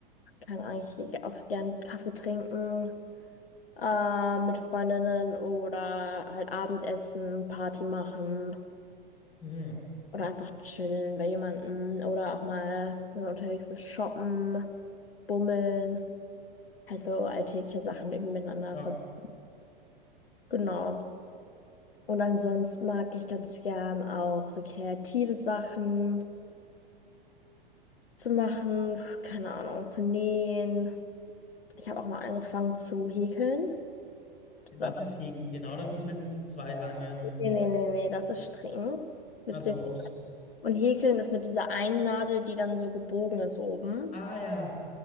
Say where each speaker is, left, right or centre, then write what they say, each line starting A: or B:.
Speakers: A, on the left; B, on the left.
A: keine Ahnung, ich gehe oft gern Kaffee trinken äh, mit Freundinnen oder halt Abendessen, Party machen
B: Mhm.
A: oder einfach chillen bei jemandem oder auch mal, wenn man unterwegs ist, shoppen, bummeln, halt so alltägliche Sachen irgendwie miteinander
B: Ja.
A: verbinden. Genau. Und ansonsten mag ich ganz gern auch so kreative Sachen zu machen, keine Ahnung, zu nähen. Ich habe auch mal angefangen zu häkeln.
B: Was
A: Das
B: ist Häkeln? Genau, das ist mit diesen zwei langen,
A: Nee, nee, nee, nee, das ist streng. Mit
B: also
A: Sitz.
B: ob's.
A: Und Häkeln ist mit dieser einen Nadel, die dann so gebogen ist oben.
B: Ah ja,